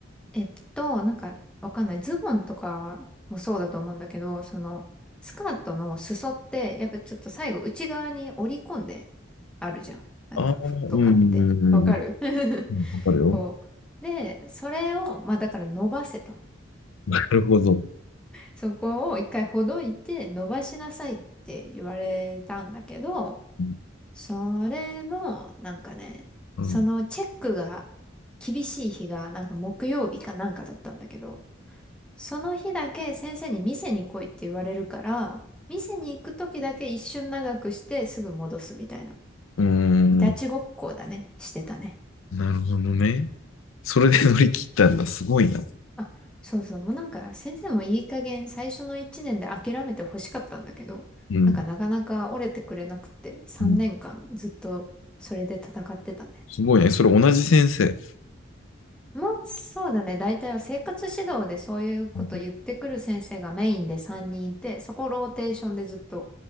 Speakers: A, in the centre; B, on the left.
A: えっと、なんか、わかんない。ズボンとかもそうだと思うんだけど、その、スカートの裾って、やっぱちょっと最後内側に折り込んであるじゃん。なんか、
B: ああ、
A: 服とかって。
B: うんうんうんうんう
A: わかる <laughs>
B: ん。わかるよ。
A: こう。で、それを、まあだから伸ばせと。
B: なるほど。
A: そこを一回ほどいて伸ばしなさいって言われたんだけど、
B: うん。
A: それも、なんかね、
B: うん。
A: そのチェックが厳しい日が、なんか木曜日かなんかだったんだけど、その日だけ先生に店に来いって言われるから、店に行く時だけ一瞬長くしてすぐ戻すみたいな。
B: うーん
A: いたちごっこだね。してたね。
B: なるほどね。それで乗り切ったんだ。すごいな。
A: あ、そうそう。もうなんか先生もいい加減最初の1年で諦めてほしかったんだけど、
B: うん。
A: なんかなかなか折れてくれなくて3年間ずっとそれで戦ってたね。
B: うん。すごいね。それ同じ先生。
A: まあそうだね。大体は生活指導でそういうこと言ってくる先生がメインで3人いて、
B: うん
A: そこローテーションでずっと